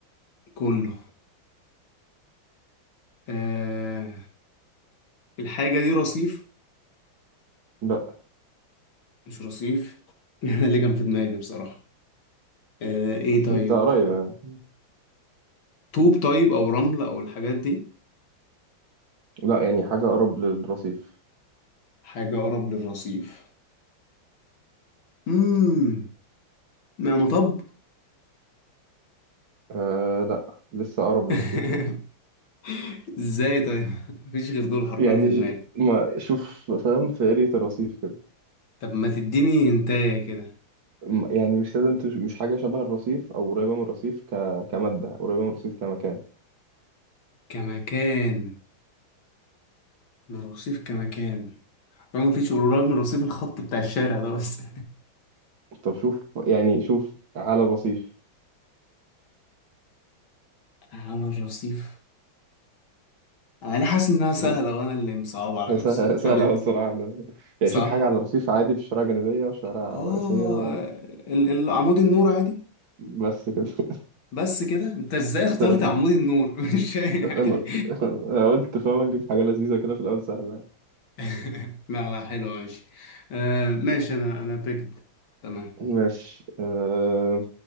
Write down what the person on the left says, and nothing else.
كله آه الحاجة دي رصيف
مش رصيف <laughs> أنا اللي كان في دماغي بصراحة آه إيه
طيب
طوب طيب أو رمل أو الحاجات دي
حاجة أقرب للرصيف مم ما مطب
<laughs>
ازاي طيب <laughs> مفيش غير دول حرفيا
في دماغي
طب ما تديني هنتايه كده
كمكان من الرصيف كمكان حرفيا مفيش قريب من الرصيف الخط بتاع الشارع ده بس
<laughs> على الرصيف انا ليه حاسس انها سهله
وانا اللي مصعب على
نفسي
طب اد-
صح
اه
ال- ال- عمود النور عادي
بس كده انت ازاي اخترت
عمود النور <laughs> مش فاهم يعني
<laughs> لا لا حلو ماشي آه ماشي انا انا بيكد تمام